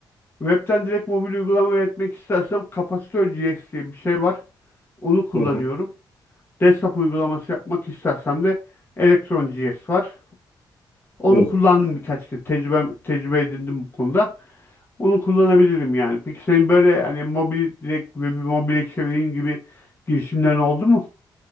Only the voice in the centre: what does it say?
Hı hı.
Hı.